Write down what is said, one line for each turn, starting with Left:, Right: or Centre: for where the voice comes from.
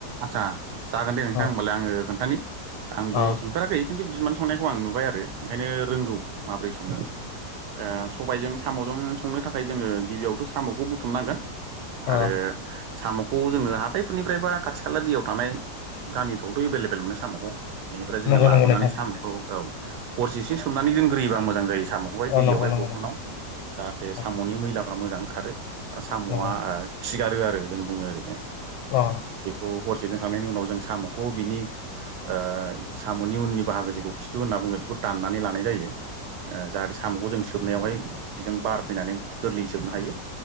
Right: आचसा जागोन दे नोंथां
Left: अ
Right: होमबालाय आङो खोन्थानि आंबो
Left: अ
Right: संफेराखै खिन्थु बिमान संनायखौ आं नुबाय आरो ओंखायनो रोंगौ माबोरै सङो ओ सबायजों सामजों संनो थाखाय जोङो गिबियावथ सामखौ बुथुमनांगोन
Left: अ
Right: आरो सामखौ जोङो हाथायफोरनिफ्रायबा खाथि खाला दैयाव थानाय गामिफ्रावथ एभेलेबेल मोनो सामखौ बेनिफ्राय जोङो
Left: नंगौ
Right: लाबोनानै
Left: नंगौ नोंथां
Right: सामखौ औ हरसेसो सोमनानै दोनग्रोयोबा मोजां जायो। सामखौहाय
Left: अ
Right: दैयावहाय
Left: नंगौ नंगौ
Right: बथनाव
Left: नोंथां
Right: जाहाथे
Left: अ
Right: सामनि मैलाफ्रा मोजांं खारो सामआ
Left: अ
Right: खिगारो आरो जों बुङो ओरैनो
Left: अ
Right: हरसेजों थांनायनि उनाव जों सामखौ बिनि ओ साम'नि उननि बाहागो जेखौ खिथु होनना बुं जोङो बेखौ दाननानै लानाय जायो। ओ जाहाथे सामखौ जों सोबनायावहाय बेजों बार फैनानै गोरलैयै सोबनो हायो